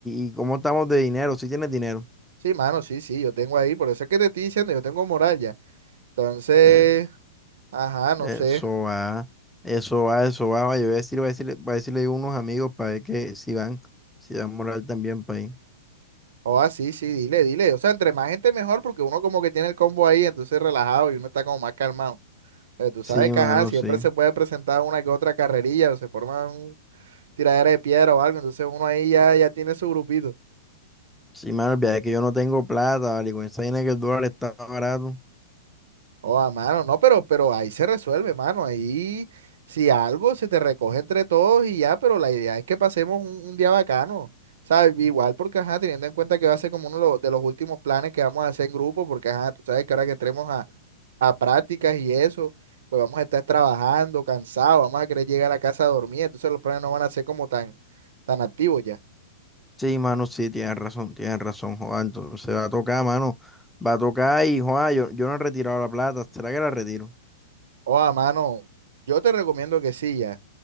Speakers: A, in the centre; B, on the right (about 70°).
A: y cómo estamos de dinero, si tienes dinero.
B: Sí, mano, sí, sí, yo tengo ahí, por eso es que te estoy diciendo, yo tengo moral ya. Entonces,
A: Eh,
B: ajá, no
A: eso
B: sé.
A: va, eso va, eso va. Vaya, voy a decir, voy a decirle, voy a decirle a unos amigos para ver que si van, si dan moral también para ir.
B: O ah, sí, sí, dile, dile. O sea, entre más gente mejor, porque uno como que tiene el combo ahí, entonces relajado y uno está como más calmado. Pero tú sabes
A: Sí,
B: que,
A: mano,
B: ajá, siempre
A: sí.
B: se puede presentar una que otra carrerilla o se forma un tiradera de piedra o algo, entonces uno ahí ya, ya tiene su grupito.
A: Sí, mano, el viaje es que yo no tengo plata, vale, con esa vaina que el dólar está barato.
B: Oh, a mano, no, pero, pero ahí se resuelve, mano. Ahí, si algo, se te recoge entre todos y ya, pero la idea es que pasemos un, un día bacano, ¿sabes? Igual porque, ajá, teniendo en cuenta que va a ser como uno de los, de los últimos planes que vamos a hacer en grupo, porque, ajá, tú sabes que ahora que entremos a, a prácticas y eso, pues vamos a estar trabajando, cansados, vamos a querer llegar a la casa a dormir, entonces los planes no van a ser como tan, tan activos ya.
A: Sí, mano, sí, tienes razón, tienes razón, Juan. Entonces va a tocar, mano. Va a tocar y, Juan, yo, yo no he retirado la plata. ¿Será que la retiro?
B: Oh, a mano, yo te recomiendo que sí, ya.